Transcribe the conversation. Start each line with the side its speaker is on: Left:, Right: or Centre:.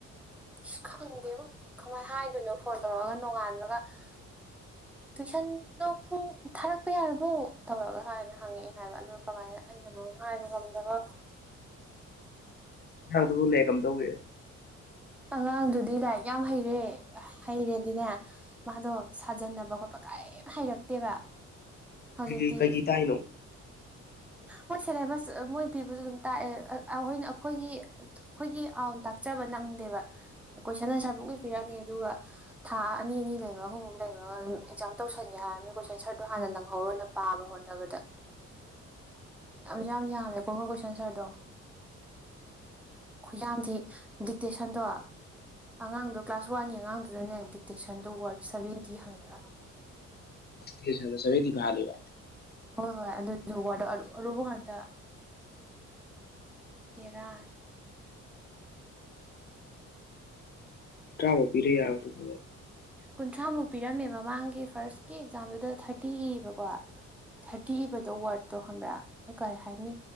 Centre: ꯏꯁ ꯈꯪꯗꯦꯕꯣ ꯀꯃꯥꯏꯟ ꯍꯥꯏꯗꯣꯏꯅꯣ ꯐꯣꯟ ꯇꯧꯔꯑꯒ ꯅꯣꯡꯉꯥꯟꯕꯒ <inaudible> ꯇꯨꯏꯁꯟꯗꯣ ꯄꯨꯡ ꯊꯥꯔꯛꯄ ꯌꯥꯔꯕꯣ ꯇꯧꯔꯒ ꯍꯥꯏꯅ ꯍꯪꯉꯛꯑꯦ ꯍꯥꯏꯕ ꯑꯗꯨꯗꯣ ꯀꯃꯥꯏꯅ ꯑꯩ ꯑꯩꯅ ꯃꯔꯣꯝ ꯍꯥꯏꯕ ꯉꯝꯗꯕ
Left: ꯅꯪꯗꯨꯅꯦ ꯀꯝꯗꯧꯒꯦ
Centre: ꯑꯉꯥꯡꯗꯨꯗꯤ ꯂꯥꯏꯛ ꯌꯥꯝ ꯍꯩꯔꯦ ꯍꯩꯔꯦꯗꯤꯅꯦ ꯃꯥꯗꯣ ꯁꯥꯖꯟꯅꯕ ꯈꯣꯠꯄ ꯀꯔꯤꯝ ꯍꯩꯔꯛꯇꯦꯕ ꯍꯧꯖꯤꯛꯇꯤ
Left: ꯀꯩꯒꯩ ꯀꯩꯒꯤ ꯇꯥꯏꯅꯣ
Centre: ꯃꯣꯏ ꯁꯦꯂꯦꯕꯁ ꯃꯣꯏ ꯄꯤꯕꯖꯨ ꯑꯗꯨꯝ ꯇꯥꯛꯑꯦ ꯑꯍꯣꯏꯅ ꯑꯈꯣꯏꯒꯤ ꯈꯣꯏꯒꯤ ꯑꯥꯎꯟ ꯇꯥꯛꯆꯕ ꯅꯪꯗꯦꯕ ꯀꯣꯏꯁꯟ ꯑꯟꯁꯔ ꯄꯨꯡꯄꯤ ꯄꯤꯔꯛꯑꯅꯤ ꯑꯗꯨꯒ ꯊꯥ ꯑꯅꯤ ꯑꯅꯤ ꯂꯩꯕ ꯑꯍꯨꯝ ꯑꯍꯨꯝ ꯂꯩꯕꯒ ꯑꯗꯨꯝ ꯑꯦꯛꯖꯥꯝ ꯇꯧꯁꯟꯒꯦ ꯍꯥꯏꯔꯃꯤꯅ ꯀꯣꯏꯁꯟ ꯁꯔꯗꯣ ꯍꯥꯟꯅ ꯅꯪꯍꯧꯔꯣꯏꯅ ꯄꯥꯕ ꯍꯣꯠꯅꯕꯗ ꯌꯥꯝꯖꯨ ꯌꯥꯝ ꯌꯥꯝꯃꯦ ꯀꯣ ꯀꯣꯏꯁꯟ ꯁꯥꯔꯗꯣ ꯈꯨꯌꯥꯝꯗꯤ ꯗꯤꯛꯇꯦꯁꯟꯗꯣ ꯑꯉꯥꯡꯗꯣ ꯀ꯭ꯂꯥꯁ ꯋꯥꯟꯒꯤ ꯑꯉꯥꯡꯗꯨꯗꯅꯦ ꯗꯤꯛꯇꯦꯁꯟꯗꯣ ꯋꯥꯔꯗ ꯁꯚꯦꯟꯇꯤ ꯍꯪꯉꯤꯔꯥ
Left: ꯗꯤꯛꯇꯦꯁꯟꯗꯣ ꯁꯚꯦꯟꯇꯤ ꯄꯍꯜꯂꯤꯕ
Centre: ꯍꯣꯏ ꯍꯣꯏ ꯑꯗꯨꯖꯨ ꯋꯥꯔꯗꯇꯥ ꯑꯔꯨ ꯑꯔꯨꯕ ꯉꯥꯛꯇꯥ ꯕꯦꯔꯥ
Left: ꯊ꯭ꯔꯥꯃꯨꯛ ꯄꯤꯔꯥ ꯌꯥꯕꯗꯨꯕꯨ
Centre: ꯀꯨꯟꯊ꯭ꯔꯥꯃꯨꯛ ꯄꯤꯔꯝꯃꯦ ꯃꯃꯥꯡꯒꯤ ꯐꯥꯔꯁꯀꯤ ꯑꯦꯛꯖꯥꯝꯗꯨꯗ ꯊꯥꯔꯇꯤ ꯏꯕꯀꯣ ꯊꯥꯔꯇꯤ ꯏꯕꯗꯣ ꯋꯥꯔꯗꯇꯣ ꯈꯪꯕ꯭ꯔꯥ ꯀꯩ ꯍꯥꯏꯅꯤ